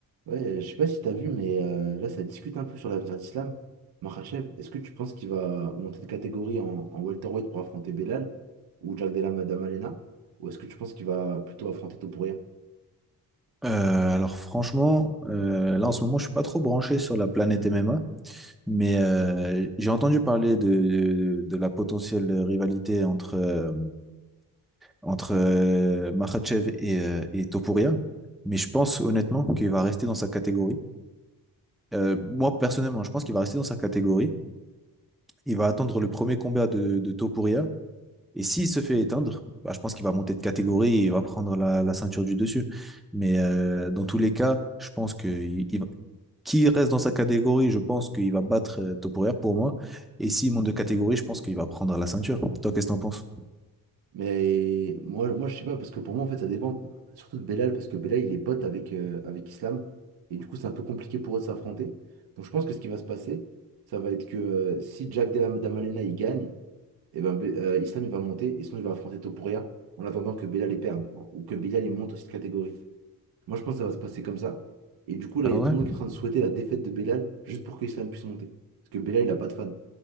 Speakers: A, on the right; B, in the centre.
A: Ouais, euh, je sais pas si t'as vu, mais euh, là, ça discute un peu sur l'avenir d'Islam. Makhachev, est-ce que tu penses qu'il va monter de catégorie en, en welterweight pour affronter Belal ou Jack Della Madama Ou est-ce que tu penses qu'il va plutôt affronter Topuria?
B: Euh, alors franchement, euh, là en ce moment, je suis pas trop branché sur la planète MMA, mais euh, j'ai entendu parler de, de- de la potentielle rivalité entre, euh, entre euh, Makhachev et, euh, et Topuria, mais je pense honnêtement qu'il va rester dans sa catégorie. Euh, moi personnellement, je pense qu'il va rester dans sa catégorie. Il va attendre le premier combat de, de Topuria Et s'il se fait éteindre, bah, je pense qu'il va monter de catégorie et il va prendre la, la ceinture du dessus. Mais euh, dans tous les cas, je pense que il, il va- qui reste dans sa catégorie, je pense qu'il va battre euh, Topuria pour moi. Et s'il monte de catégorie, je pense qu'il va prendre la ceinture. Toi, qu'est-ce que t'en penses?
A: Mais moi, moi, je sais pas, parce que pour moi, en fait, ça dépend surtout de Belal, parce que Belal, il est pote avec, euh, avec Islam, et du coup, c'est un peu compliqué pour eux de s'affronter. Donc, je pense que ce qui va se passer, ça va être que euh, si Jack Della Madama il gagne, et ben, Be- euh, Islam il va monter et sinon il va affronter Topuria en attendant que Bella les perde hein, ou que Bella les monte aussi de catégorie. Moi je pense que ça va se passer comme ça. Et du coup là
B: Ah
A: il y
B: ouais?
A: a tout le monde qui est en train de souhaiter la défaite de Bellal juste pour que Islam puisse monter. Parce que Bellal il a pas de fan.